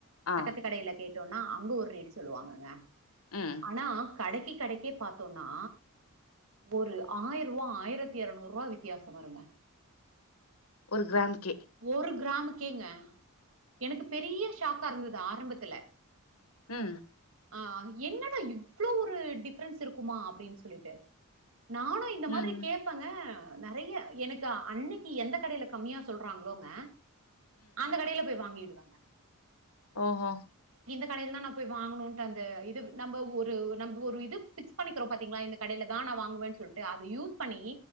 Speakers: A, on the left (about 80°); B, on the right (about 65°).
A: ஆ
B: பக்கத்து கடைல்ல கேட்டு டோனா அங்க ஒரு ரேட் சொல்லுவாங்கங்க
A: ம்
B: ஆனா கடைக்கு கடைக்கே பாத்தோம்னா ஒரு ஆயிர ரூபா ஆயிரத்தி இருநூறு ரூபா வித்தியாசோ வருங்க
A: ஒரு கிராம் கே
B: ஒரு கிராமுக்கேங்க எனக்கு பெரிய ஷாக்கா இருந்தது ஆரம்பத்துல
A: உஹம்
B: ஆஹ் என்னடா இவ்வளோ ஒரு டிஃப்ரென்ஸ் இருக்குமா அப்டின்னு சொல்லிட்டு நானு இந்த
A: ம்
B: மாரி கேட்பேங்க நெறைய எனக்கு அன்னைக்கு எந்த கடையில கம்மியா சொல்றாங்களோங்க அந்த கடையில போய் வாங்கிடு சொல்வாங்க
A: ஓஹா
B: கடையில தா நா போய் வாங்கணும்ன்ட்டு அந்த இது நம்ம ஒரு நம் ஒரு இது பிக்ஸ் பண்ணிக்கிறோம் பாத்தீங்களா இந்த கடையில தா நா வாங்குவேன்னு சொல்லிட்டு அத யூஸ் பண்ணி